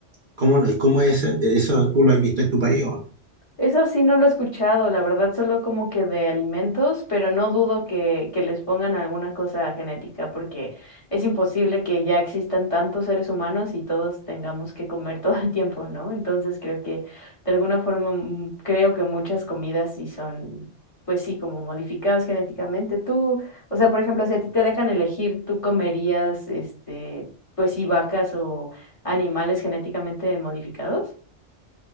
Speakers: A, on the right; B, on the left.
A: ¿Cómo, cómo es eso? ¿Tú lo has visto en tu país o no?
B: Eso sí no lo he escuchado, la verdad, solo como que de alimentos, pero no dudo que, que les pongan alguna cosa genética, porque es imposible que ya existan tantos seres humanos y todos tengamos que comer <laughs> todo el tiempo, ¿no? Entonces creo que de alguna forma, mm, creo que muchas comidas sí son, pues sí, como modificadas genéticamente. Tú, o sea, por ejemplo, si a ti te dejan elegir, ¿tú comerías, este, pues sí, vacas o animales genéticamente modificados?